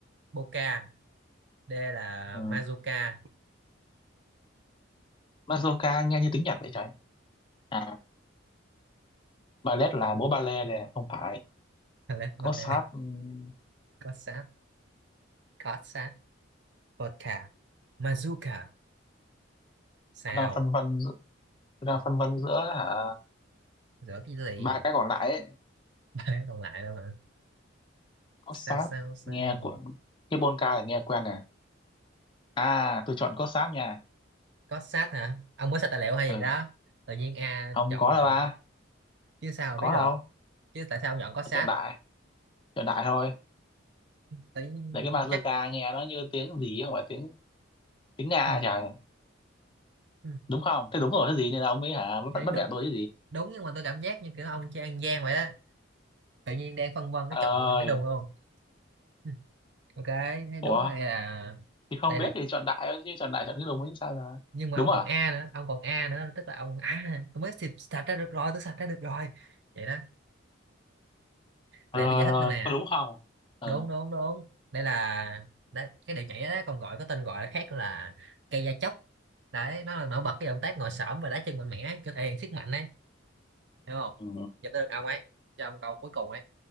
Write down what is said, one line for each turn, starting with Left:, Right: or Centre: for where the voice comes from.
Right: Polka D là
Left: ừ.
Right: Mazuka
Left: Mazurka nghe như tiếng Nhật vậy trời à ballet là múa ballet này không phải
Right: Lát và
Left: có
Right: là
Left: sát ừm,
Right: cốt sát cốt sát vodka Mazuka sao
Left: tôi đang phân vân giữa- tôi đang phân vân giữa hả
Right: rửa cái gì
Left: ba cái còn lại ấy
Right: ba cái còn lại đâu hả
Left: có
Right: sao
Left: sát
Right: sao sao
Left: nghe của cái polka là nghe quen nè À, tôi chọn cốt sáp nha.
Right: cốt sát hả ông có sạch tài liệu hay
Left: Ừ,
Right: gì đó tự nhiên A
Left: không
Right: chọn
Left: có
Right: là
Left: đâu ba.
Right: chứ sao mà
Left: Có
Right: biết được
Left: đâu.
Right: chứ tại sao ông chọn cốt sát
Left: Tôi chọn đại. Chọn đại thôi.
Right: tự nhiên
Left: Để cái bazooka
Right: chắc
Left: nghe nó như tiếng gì không phải tiếng tiếng Nga
Right: ừ,
Left: trời.
Right: ừ,
Left: Đúng không? Thế đúng rồi cái gì nên là ông ấy hả
Right: thấy
Left: bắt bắt
Right: đúng
Left: bẻ tôi chứ gì.
Right: đúng nhưng mà tôi cảm giác như kiểu ông chơi ăn gian vậy đó tự nhiên đang phân vân cái
Left: Ơi.
Right: chọn cái đùng luôn Ừ, ok thế
Left: Ủa,
Right: đúng là đây là
Left: thì không
Right: đây
Left: biết
Right: là
Left: thì chọn đại thôi chứ chọn đại chọn cái đúng chứ sao là.
Right: nhưng mà
Left: Đúng
Right: ông
Left: à?
Right: còn a nữa ông còn a nữa tức là ông à tôi mới sạch, sạch ra được rồi tôi sạch ra được rồi vậy đó để
Left: Rồi
Right: tôi giải
Left: rồi,
Right: thích nữa nè
Left: có đúng không? Ừ.
Right: đúng đúng đúng đây là đấy, cái điệu nhảy đó còn gọi có tên gọi là khác là cây da chóc đấy nó là nổi bật cái động tác ngồi xổm và đá chân mạnh mẽ kiểu thể hiện sức mạnh đấy hiểu không
Left: Ừ.
Right: giờ tới được ông ấy cho ông câu cuối cùng ấy